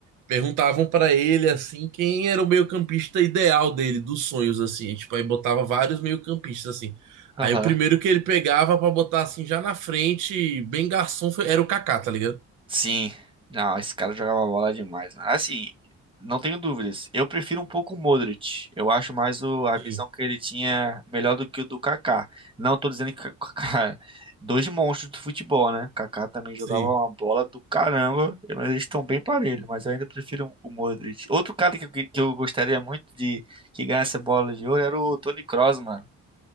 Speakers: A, on the right; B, on the right.
A: Perguntavam pra ele assim quem era o meio-campista ideal dele, dos sonhos assim, tipo, aí botava vários meio-campistas assim. Aí
B: Aham.
A: o primeiro que ele pegava pra botar assim já na frente, bem garçom, foi- era o Kaká, tá ligado?
B: Sim, não, esse cara jogava bola demais, mano. Assim, não tenho dúvidas. Eu prefiro um pouco o Modric. Eu acho mais o, a visão
A: Sim,
B: que ele tinha melhor do que o do Kaká. Não tô dizendo que o Kaká, é dois monstros do futebol, né? O Kaká também jogava
A: sim.
B: uma bola do caramba, mas eles estão bem parelhos, mas eu ainda prefiro o Modric. Outro cara que eu, que eu gostaria muito de que ganhasse a bola de ouro era o Toni Kroos, mano.